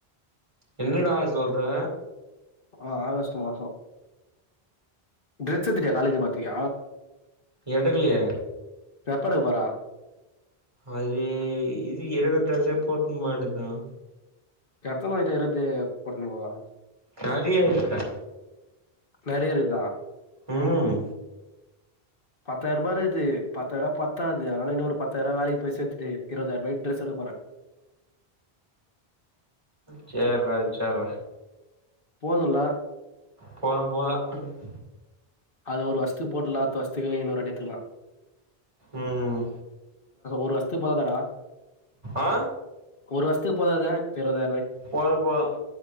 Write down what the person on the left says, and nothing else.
ஆஹ் ஆகஸ்ட் மாசம் ட்ரெஸ் எத்திட்டியா காலேஜ் போறதுக்கு
எப்ப எடுக்க போற
எத்தனைட்ட இருக்கறதே போட்ன்னு போவ
நறைய இருக்குதா
பத்தாயிரபா இருக்குது பத்தாயிரபா பத்தாது அதனால இன்னொரு பத்தாயிரபா வேலைக்கு போய் சேர்த்துட்டு இருபதாயிரபாயிக்கு ட்ரெஸ் எடுக்கப்போறேன்
போதுல்ல
அது ஒரு வர்ஷதுக்கு போட்டுக்கலா அடுத்த வருஷத்துக்கு இன்னொருவாட்டி எடுத்துக்கலாம்
ஒரு வஷ்துக்கு போதாதா டா
ஒரு வஸ்த்து போதாது இருவது